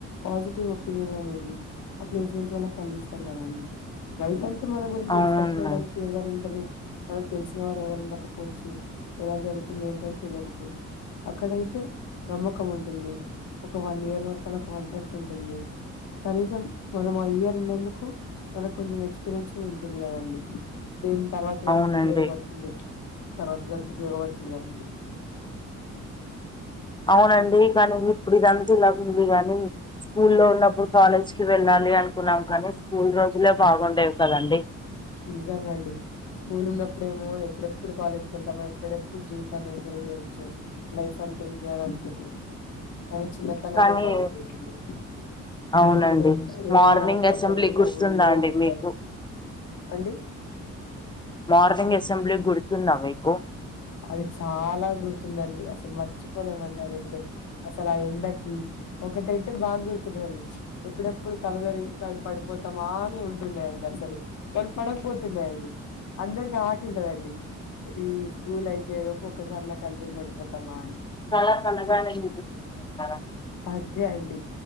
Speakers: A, on the left (about 75°); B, on the left (about 15°).
A: పాజిటివ్ ఒపీనియన్ అనేది ఆ ప్లేస్మెంట్స్ వాళ్లకి కలిగిస్తారు కదండి భయటంటే మన గురించి
B: అవును
A: రిఫర్ చేయడానికి ఎవరు ఉండరు మనకు తెలిసిన వారు ఎవరు ఉండకపోవచ్చు ఎలా జరుగుతుందో ఏంటో అని తెలియకపోవచ్చు అక్కడైతే నమ్మకం ఉంటుంది ఒక వన్ ఇయర్ వరకు అలా కాంట్రాక్ట్ ఉంటుంది కనీసం మనం ఆ ఇయర్ ఉన్నందుకు మనకు కొంచెం ఎక్స్పీరియన్స్ కూడా ఉంటుంది కదండి దీని తర్వాత దానికి
B: అవునండి
A: ఉపయోగపడు తుంది తర్వాత దానికి ఉపయోగపడుతుంది కదండి
B: అవునండి కానీ ఇది ఇప్పుడు ఇదంతా ఇలాగుంది గానీ స్కూల్లో ఉన్నప్పుడు కాలేజ్‌కి వెళ్ళాలి అనుకున్నాం కానీ స్కూల్ రోజులే బాగుండేవి కదండి
A: నిజమే అండి స్కూల్ ఉన్నప్పుడేమో ఎప్పుడెప్పుడు కాలేజ్‌కి ఎళ్తామా ఎప్పుడెప్పుడు జీవితాన్ని ఎంజాయ్ చేయచ్చు లైఫ్ అంటే ఇదాని అనుకుంటున్నా కానీ చిన్నతనమే
B: కానీ
A: బాగుండేదండి
B: అవునండి
A: ఏం మనసులో
B: మార్నింగ్
A: ఏ మనస్పర్ధలు
B: అసెంబ్లీ
A: ఉండవు
B: గుర్తుందా
A: ఏం
B: అండి
A: ఉండ
B: మీకు
A: అండి
B: మార్నింగ్ అసెంబ్లీ గుర్తుందా మీకు
A: అది చాలా గుర్తుందండి అసలు మర్చిపోలేమండి అదైతే అసలు ఆ ఎండకి ఒక్కటైతే బాగా గుర్తుందండి ఎప్పుడెప్పుడు కల్ తిరిగి పడిపోతామా అని ఉంటుండే అండి అసలు కన పడక పోతుండే అండి అందరికి ఆశ ఉంటదండి ఈ స్కూల్ అయిపోయే లోపు ఒక్కసారన్న కళ్ళు తిరిగి పడిపోతామా అని
B: ఆ <unintelligible> తార
A: అదే అండి